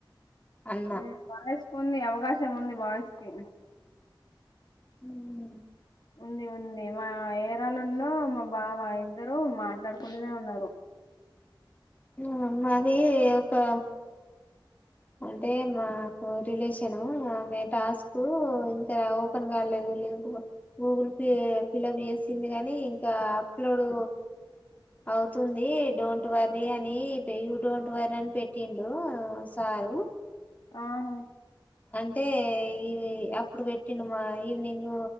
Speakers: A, on the left; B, on the left.
A: అన్నా
B: హ్ బాయ్స్ కుంది అవకాశం ఉంది బాయ్స్. ఓకేనా
A: హ్
B: ఉంది ఉంది మా ఏరాలు ఉన్ను మా బావ ఇద్దరు మాట్లాడుకుంటనే ఉన్నరు.
A: హ మాది ఒకా అంటే మాకు రిలేషన్ ఆమె టాస్క్ ఇంకా ఓపెన్ కాలేదు. లింక్ గూగుల్కి ఫిలప్ చేసింది. కానీ ఇంకా అప్లోడ్ అవుతుంది డోంట్ వర్ రి అని యూ డోంట్ వరి అని పెట్టిండు సారు.
B: ఆహా
A: అంటే ఈ అప్పుడు పెట్టిండు. మా ఈవినింగ్